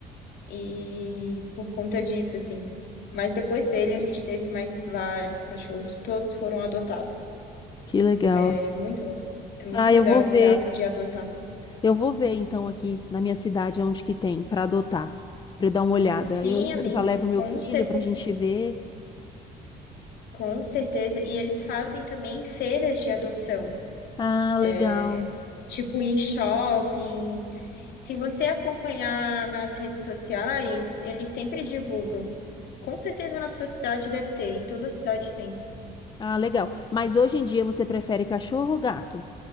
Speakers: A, on the left; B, on the left.
A: e por conta disso, assim. Mas depois dele a gente teve mais vários cachorros, todos foram adotados.
B: que legal.
A: É muito, é muito
B: Ah,
A: legal
B: eu vou
A: esse
B: ver.
A: ato de adotar.
B: Eu vou ver então aqui na minha cidade onde que tem para adotar, para dar uma olhada.
A: Sim,
B: Eu já
A: amigo,
B: já levo meu
A: com
B: filho
A: cer
B: para a gente ver.
A: com certeza. E eles fazem também feiras de adoção,
B: Ah,
A: é,
B: legal.
A: tipo em shopping. Se você acompanhar nas redes sociais, eles sempre divulgam. Com certeza na sua cidade deve ter, em toda cidade tem.
B: Ah, legal. Mas hoje em dia você prefere cachorro ou gato?